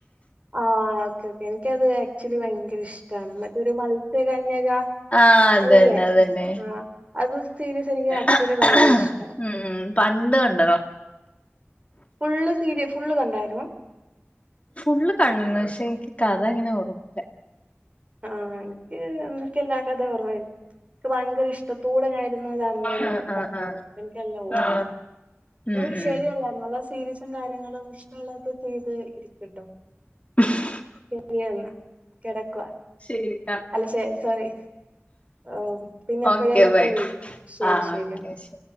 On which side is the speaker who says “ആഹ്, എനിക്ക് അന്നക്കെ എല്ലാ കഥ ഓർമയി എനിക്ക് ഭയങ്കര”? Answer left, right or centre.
Right